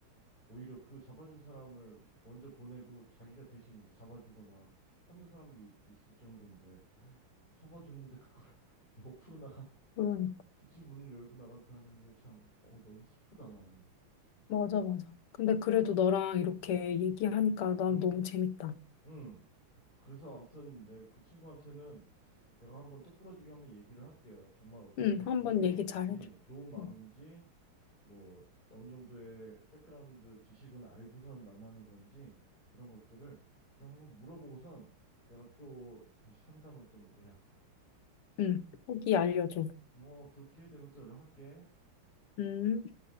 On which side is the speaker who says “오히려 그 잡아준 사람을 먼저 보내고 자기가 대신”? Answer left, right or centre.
Left